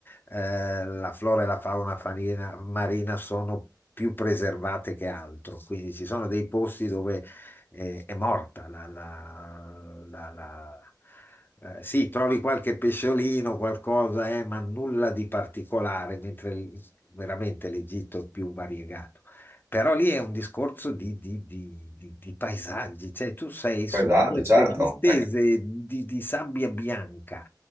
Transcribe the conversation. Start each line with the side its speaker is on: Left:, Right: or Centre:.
Left: eh, la flora e la fauna farina- marina sono più preservate che altro, quindi ci sono dei posti dove eh, è morta la, la- la- la- eh, sì, trovi qualche pesciolino, qualcosa, eh, ma nulla di particolare, mentre il- veramente l'Egitto è più variegato. Però lì è un discorso di, di- di- di- di paesaggi, cioè tu sei su
Right: pesante,
Left: queste
Right: certo.
Left: distese
Right: Eh,
Left: di, di sabbia bianca